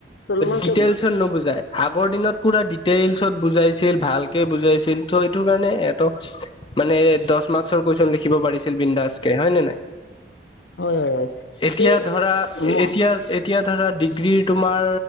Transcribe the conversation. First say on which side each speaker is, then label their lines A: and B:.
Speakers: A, on the left; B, on the left.
A: চলমান
B: দিতেল'চত
A: কে
B: নুবুজাই। আগৰ দিনত পোৰা দিতেল'চত বুজাই ছিল, ভালকে বুজাইছিল ত' এইটো কাৰণে এটক, মানে দহ মাস্কৰ কুৱেশ্যন লিখিব পাৰিছিল বিন্দাছ। হয় নে নাই?
A: হয় হয় হয়
B: এতিয়া
A: এই
B: ধৰা,
A: ম
B: এতিয়া এতিয়া ধৰা ডিগ্ৰীৰ তোমাৰ,